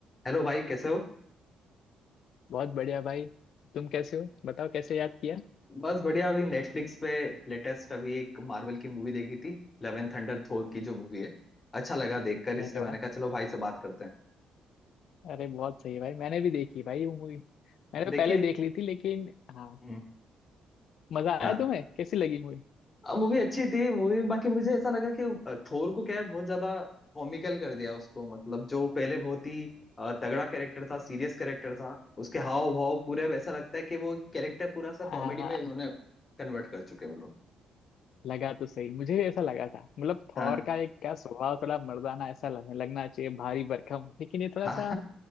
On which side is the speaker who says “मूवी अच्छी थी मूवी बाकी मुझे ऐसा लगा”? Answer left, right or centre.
Left